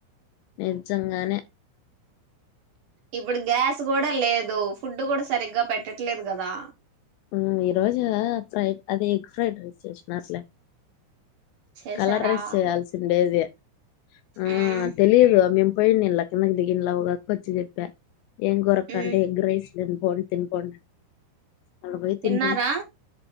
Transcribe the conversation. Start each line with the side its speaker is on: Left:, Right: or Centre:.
Left: నిజంగానే
Right: ఇప్పుడు గ్యాస్ కూడా లేదు ఫుడ్ కూడా సరిగ్గా పెట్టట్లేదు కదా
Left: ఊ ఈ రోజు ఫ్రైడ్ అదే ఎగ్ ఫ్రైడ్ రైస్ చేసినరు లే
Right: చేసారా
Left: కలర్ రైస్ చేయాల్సిండేది ఆ
Right: ఉమ్
Left: తెలిదు గా మేము పోయిడి ఇలా కిందకి దిగిలా ఉగా అక్క వచ్చి చెప్పా ఏం కూర అక్క
Right: ఉమ్
Left: అంటే ఎగ్ రైస్ తినిపోండి తినిపోండి మళ్ల పోయి
Right: తిన్నారా
Left: తింటిమి